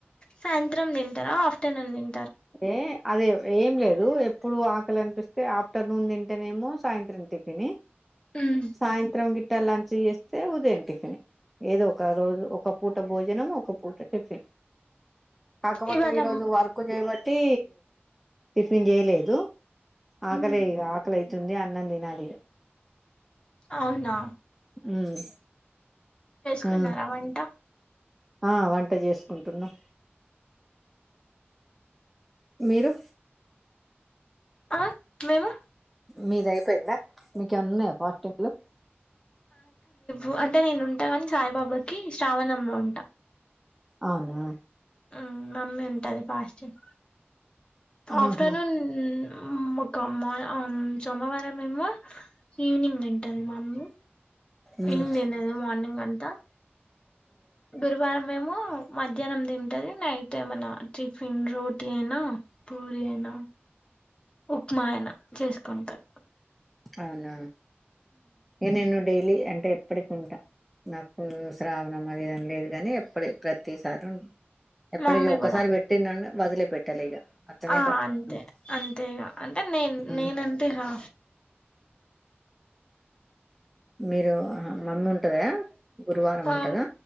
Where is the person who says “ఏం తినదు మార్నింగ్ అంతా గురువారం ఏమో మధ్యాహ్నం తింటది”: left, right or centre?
Left